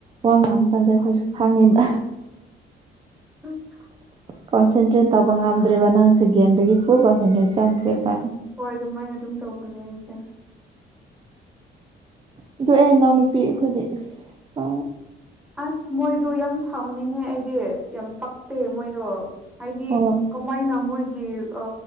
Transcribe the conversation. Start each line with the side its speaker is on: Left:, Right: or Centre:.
Right: ꯋꯥ ꯉꯥꯡꯝꯃ ꯀꯥꯟꯗ ꯑꯩꯈꯣꯏꯁꯨ ꯈꯪꯉꯦꯕ
Centre: ꯏꯁꯁ
Right: ꯀꯣꯟꯁꯦꯟꯇ꯭ꯔꯦꯠ ꯇꯧꯕ ꯉꯝꯗ꯭ꯔꯦꯕ ꯅꯪꯁꯦ ꯒꯦꯝꯗꯒꯤ ꯐꯨꯜ ꯀꯣꯟꯁꯦꯟꯇ꯭ꯔꯦꯠ ꯆꯪꯈ꯭ꯔꯦꯕ
Centre: ꯍꯣꯏ ꯑꯗꯨꯃꯥꯏꯅ ꯑꯗꯨꯝ ꯇꯧꯕꯅꯦ ꯑꯩꯁꯦ
Right: ꯑꯗꯨ ꯑꯦ ꯏꯅꯥꯎꯅꯨꯄꯤ ꯑꯩꯈꯣꯏꯗꯤ ꯑꯁ ꯄ
Centre: ꯑꯁ ꯃꯣꯏꯗꯣ ꯌꯥꯝ ꯁꯥꯎꯅꯤꯡꯉꯦ ꯑꯩꯗꯤ ꯌꯥꯝ ꯄꯛꯇꯦ ꯃꯣꯏꯗꯣ ꯍꯥꯏꯗꯤ
Right: ꯍꯣꯏ
Centre: ꯀꯃꯥꯏꯅ ꯃꯣꯏꯒꯤ ꯑ